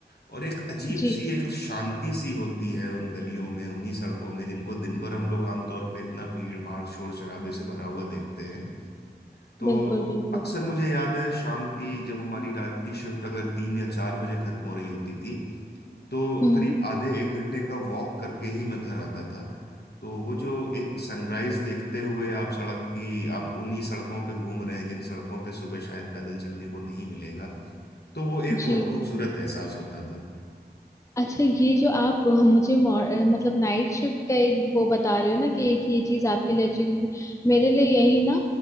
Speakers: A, on the left; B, on the left.
A: और एक अजीब
B: जी
A: सी एक शांति सी होती है उन गलियों में उन्हीं सड़कों में जिनको दिन भर हम लोग आमतौर पे इतना भीड़ भाड़ शोर शराबे से भरा हुआ देखते हैं तो
B: बिल्कुल बिल्कुल
A: अक्सर मुझे याद है शाम की जब हमारी रात की शिफ्ट अगर तीन या चार बजे खत्म हो रही होती थी तो
B: हम्म
A: करीब
B: हम्म,
A: आधे एक घंटे का वॉक करके ही मैं घर आता था तो वो जो एक सनराइज देखते हुए आप सड़क की आप उन्हीं सड़कों पे घूम रहे हैं जिन सड़कों पे सुबह शायद पैदल चलने को नहीं मिलेगा तो वो एक बहुत
B: जी
A: खूबसूरत एहसास होता था
B: अच्छा ये जो आप <laughs> मुझे मॉर- अ, मतलब नाइट शिफ्ट का एक वो बता रहे हो ना कि एक ये चीज आपके लिए अच्छी थी मेरे लिए यही ना